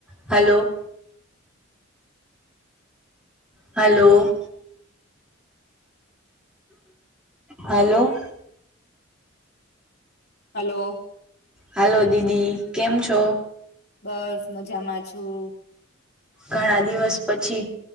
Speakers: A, in the centre; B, on the left (about 50°).
A: Hello hello hello
B: hello
A: hello દીદી, કેમ છો?
B: બસ મજામાં છું.
A: ઘણા દિવસ પછી